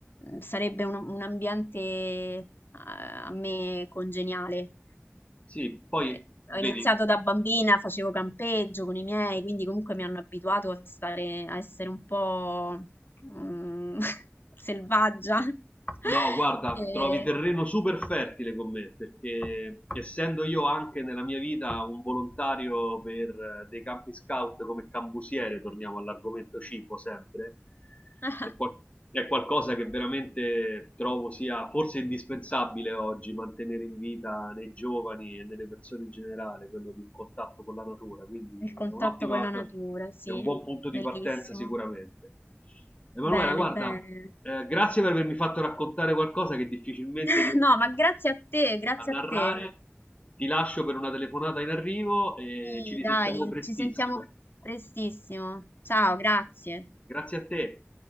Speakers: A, on the left; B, on the left.
A: mm, sarebbe un, un ambiente eh, a me congeniale.
B: Sì, poi
A: Eh, Ho
B: vedi,
A: iniziato da bambina, facevo campeggio con i miei, quindi comunque mi hanno abituato a stare, a essere un po' mm, <laughs> selvaggia. <laughs>
B: No, guarda,
A: E-
B: trovi terreno super fertile con me, perché essendo io anche nella mia vita un volontario per eh, dei campi scout come cambusiere, torniamo all'argomento cibo sempre,
A: <laughs>
B: è, qual- è qualcosa che veramente trovo sia forse indispensabile oggi mantenere in vita nei giovani e nelle persone in generale, quello di un contatto con la natura, quindi
A: Il contatto
B: è un'ottima,
A: con la natura, sì,
B: è un buon punto di
A: bellissimo.
B: partenza sicuramente. Emanuela,
A: Bene,
B: guarda,
A: bene.
B: eh, grazie per avermi fatto raccontare qualcosa che difficilmente
A: <laughs>
B: riesco
A: No, ma grazie a te, grazie
B: a narrare.
A: a te.
B: Ti lascio per una telefonata in arrivo e
A: Sì,
B: ci risentiamo
A: dai,
B: prestissimo.
A: ci sentiamo prestissimo. Ciao, grazie.
B: Grazie a te.